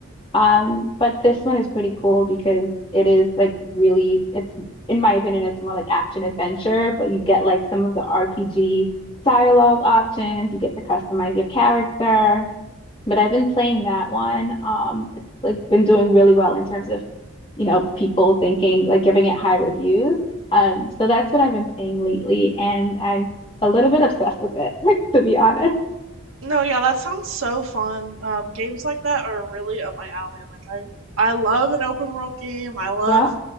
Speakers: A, on the left; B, on the right.
A: Um, but this one is pretty cool because it is like really, it's in my opinion, it's more like action adventure, but you get like some of the RPG dialogue options. You get to customize your character. But I've been playing that one. Um, it's like been doing really well in terms of, you know, people thinking like giving it high reviews. Um, so that's what I've been playing lately, and I'm a little bit obsessed with it, <laughs> to be honest.
B: No, yeah, that sounds so fun. Um, games like that are really up my alley. Like, I I love an open world game. I love
A: Yep.